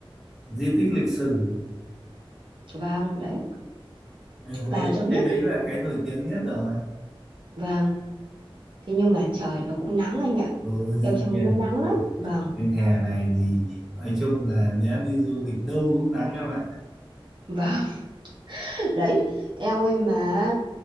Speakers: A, in the centre; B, on the right.
A: di tích lịch sử
B: vâng đấy
A: Thì Huế
B: vào
A: là
B: cho biết
A: cái đấy
B: đi
A: là cái nổi tiếng nhất rồi
B: vâng thế nhưng mà trời nó cũng nắng anh ạ
A: ừ, đương
B: eo trong
A: nhiên
B: đấy nó nắng lắm vâng
A: nhưng hè này thì nói chung là đã đi du lịch đâu cũng nắng em ạ
B: vâng <laughs> đấy eo ơi mà